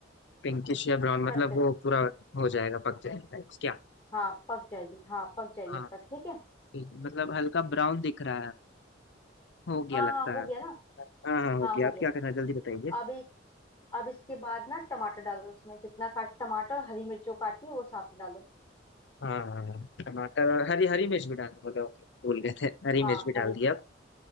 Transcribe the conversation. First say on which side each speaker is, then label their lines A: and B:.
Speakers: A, on the left; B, on the left.
A: पिंकिश या ब्राउन मतलब
B: करते रहो
A: वो पूरा हो जाएगा पक जाएगा क्या
B: हाँ पक जाएगी हाँ पक जाएगी
A: हाँ
B: तब तक ठीक है
A: ठीक मतलब हल्का ब्राउन दिख रहा है हो गया
B: हाँ
A: लगता
B: हाँ हो
A: है
B: गया ना
A: हाँ हाँ हो
B: हाँ
A: गया
B: हो
A: आप
B: गया
A: क्या करना है जल्दी बताइए
B: अब एक अब इसके बाद ना टमाटर डालो उसमें जितना काट टमाटर हरी मिर्च जो काटी है वो साथ में डालो
A: हाँ हाँ, हाँ। टमाटर और हरी हरी मिर्च भी डालना बोले ओके भूल गए थे हरी
B: हाँ
A: मिर्च भी
B: हरी
A: डाल दी अब